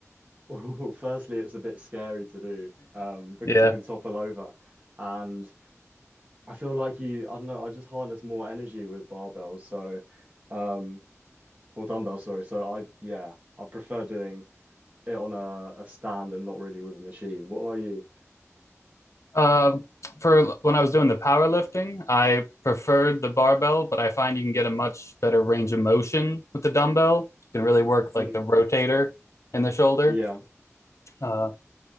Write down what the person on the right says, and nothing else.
<laughs> firstly, it's a bit scary to do, um, because
you can topple over. And I feel like you, I don't know, I just harness more energy with barbells. So, um, or dumbbells, sorry. So I, yeah, I prefer doing it on a, a stand and not really with a machine. What about you?
Mm,
yeah.